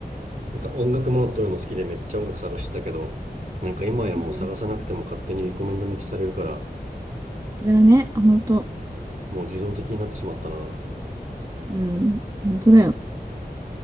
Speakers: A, on the right (about 45°); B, on the right (about 20°).
A: なんか音楽も撮るの好きでめっちゃ音楽探してたけどなんか今やもう探さなくても勝手にリコメンドめっちゃされるから
B: うんいやね、あほんと。
A: もう自動的になってしまったな
B: うん、ほんとだよ。